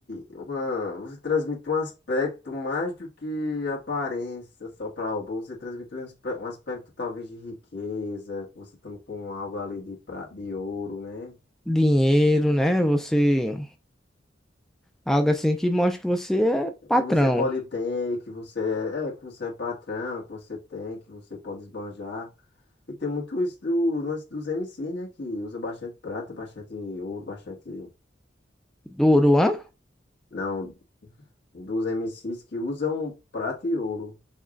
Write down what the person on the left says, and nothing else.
uma, você transmite um aspecto mais do que aparência só pra roupa. Você transmite um, aspe- um aspecto talvez de riqueza, você estando com algo ali de, pra, de ouro, né?
que você pode ter, que você é, é, que você é patrão, que você tem, que você pode esbanjar. E tem muito isso do lance dos MCs, né? Que usa bastante prata, bastante ouro, bastante.
Não, dos MCs que usam prata e ouro.